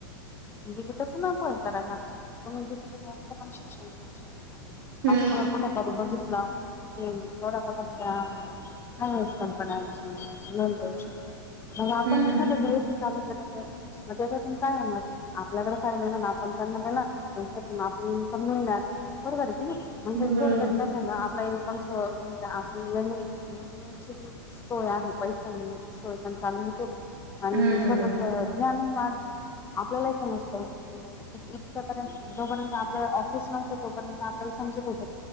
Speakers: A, on the left; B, on the right.
A: म्हणजे कि तसं नकोय करायला तुम्ही दुसऱ्या कशाचं पण शिक्षण घेऊ शकता.
B: हम्म
A: आस <unintelligible> कुठं कधी बघीतलं. ह् एवढ्या मोठ्या मोठ्या हो. कंपन्यांची नोंद देऊ शकता. मग आपण
B: हम्म
A: एखादं डीएससी चालू केलं तर मग त्याच्यातून काय होणार? आपल्याकडे फायदा <unintelligible> ना ना आपण त्यांना देणार त्यांच्यातून आपल इन्कम मिळणार. बरोबर हे कीनी म्हणजेच
B: हम्म बरोबर
A: थोडंक्यात काय झालं आपला इन्कम स म्हणजे आ- - एन एनची जी सोय आहे पैसा येण्याची सोय पण चांगली होते. आणि
B: हम्म
A: स्वतःच
B: हम्म
A: ज्ञानही वाढत. आपल्याला ही समजत. य जोपर्यंत आपल्याला ऑफिस नव्हतं तोपर्यंत आपल्याला समजत होते